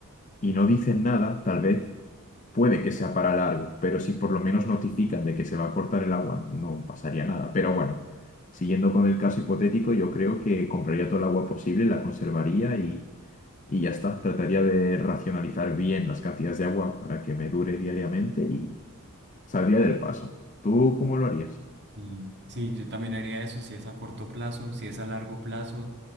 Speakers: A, on the left; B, on the right.
A: y no dicen nada, tal vez Puede que sea para largo, pero si por lo menos notifican de que se va a cortar el agua, no pasaría nada. Pero bueno, siguiendo con el caso hipotético, yo creo que compraría todo el agua posible, la conservaría y, y ya está. Trataría de racionalizar bien las cantidades de agua para que me dure diariamente y saldría del paso. ¿Tú cómo lo harías?
B: Sí, sí, yo también haría eso, si es a corto plazo, si es a largo plazo,